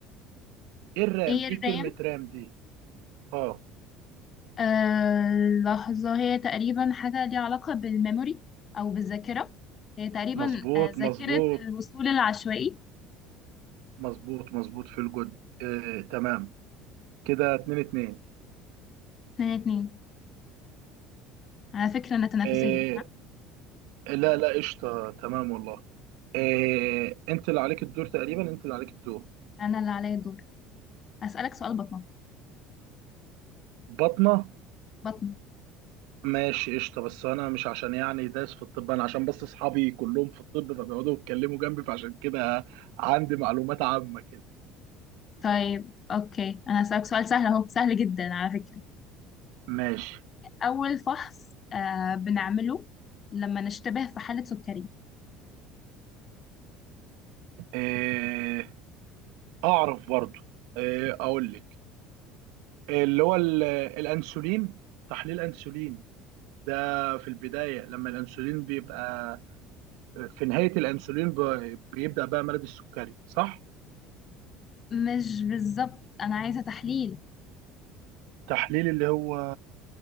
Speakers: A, on the right; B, on the left.
A: ايه الرام
B: ايه الرام
A: ايه كلمة رام دي اه
B: آه لحظة هي تقريبا حاجة ليها علاقة بالميموري أو بالذاكرة هي تقريبا
A: مظبوط
B: آه، ذاكرة
A: مظبوط
B: الوصول العشوائي
A: مظبوط مظبوط في الجد إيه تمام كده اتنين اتنين
B: اتنين اتنين على فكرة أنا تنافسية
A: إيه
B: ها؟
A: لا لا قشطه تمام والله إيه انت اللي عليك الدور تقريبا انت اللي عليك الدور
B: أنا اللي عليا الدور أسألك سؤال بطنة
A: بطنة
B: بطنة
A: ماشي قشطة بس أنا مش عشان يعني دايس في الطب أنا عشان بس أصحابي كلهم في الطب فبيقعدوا يتكلموا جنبي فعشان كده عندي معلومات عامة كده
B: طيب أوكي أنا هسألك سؤال سهل أهو سهل جدا على فكرة
A: ماشي
B: أول فحص آه بنعمله لما نشتبه في حالة سكري
A: إيه أعرف برضو إيه أقول لك اللي هو ال- الأنسولين تحليل أنسولين ده في البداية لما الأنسولين بيبقى في نهاية الأنسولين ب- بيبدأ بقى مرض السكري صح؟
B: مش بالظبط أنا عايزة تحليل
A: تحليل اللي هو